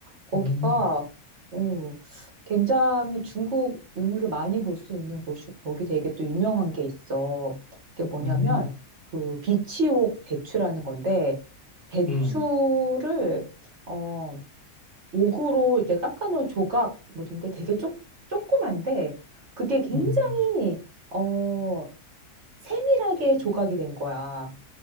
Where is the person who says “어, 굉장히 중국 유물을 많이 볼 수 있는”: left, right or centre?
Right